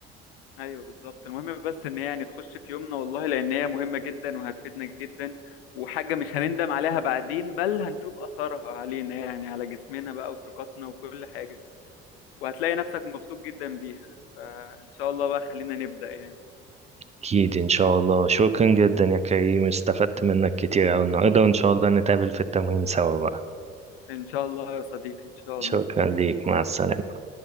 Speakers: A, on the left; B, on the right.
A: ايوه بالظبط المهم بس ان هي يعني تخش في يومنا والله لان هي مهمه جدا وهتفيدنا جدا وحاجه مش هنندم عليها بعدين بل هنشوف اثرها علينا يعني على جسمنا بقى وثقتنا وكل حاجه وهتلاقي نفسك مبسوط جدا بيها فان شاء الله بقى خلينا نبدا يعني
B: أكيد إن شاء الله شكرا جدا يا كريم استفدت منك كتير أوي النهاردة وإن شاء الله نتقابل في التمرين سوا بقى
A: ان شاء الله يا صديقي ان شاء
B: شكرا
A: الله
B: ليك مع السلامة